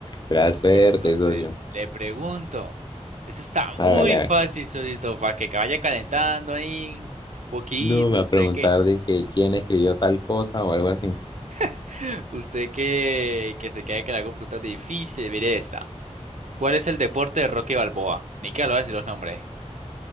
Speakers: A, on the left; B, on the right.
A: Pero suerte,
B: Bueno, entonces,
A: socio.
B: le pregunto. Eso está muy
A: Hágale, hágale.
B: fácil, socio, para que vaya calentando ahí. Poquito,
A: No me ha
B: usted
A: preguntado,
B: que,
A: dije, ¿quién escribió tal cosa o algo así?
B: <laughs> usted que, que se quede que le hago preguntas difíciles, mire esta. ¿Cuál es el deporte de Rocky Balboa? Ni que lo voy a decir los nombres.